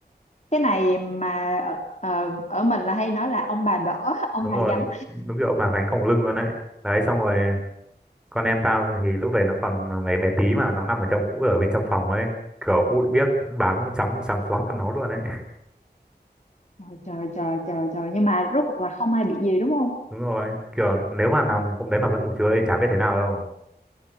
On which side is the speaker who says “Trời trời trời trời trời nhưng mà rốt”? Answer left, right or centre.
Left